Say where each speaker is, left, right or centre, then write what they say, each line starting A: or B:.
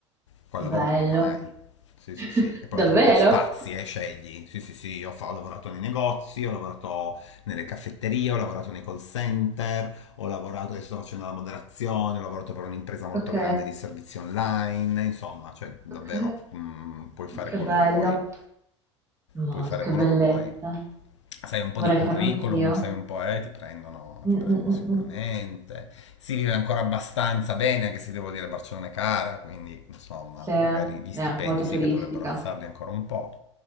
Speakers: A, on the left; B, on the right.
A: Qua
B: bello.
A: il lavoro non manca mai. Sì, sì,
B: <laughs>
A: sì. E poi oltretutto
B: Davvero?
A: spazi, eh, scegli. Sì, sì, sì, io fa- ho lavorato nei negozi, ho lavorato nelle caffetterie, ho lavorato nei call center, ho lavorato, adesso sto facendo la moderazione, ho lavorato per un'impresa molto
B: Ok,
A: grande di servizi online, insomma, cioè davvero
B: ok,
A: mm, puoi fare
B: che
A: quello
B: bello.
A: che vuoi,
B: Mod,
A: puoi fare
B: che
A: quello
B: bellezza.
A: che vuoi sai un po'
B: Vorrei
A: di curriculum,
B: farlo anch'io.
A: sai un po', eh, ti prendono,
B: Mm,
A: ti prendono
B: mm, mm,
A: sicuramente.
B: mm.
A: Si vive ancora abbastanza bene, anche se devo dire Barcellona è cara, quindi insomma,
B: Sì, è
A: magari gli stipendi
B: anche molto
A: sì
B: turistica.
A: che dovrebbero alzarli ancora un po'.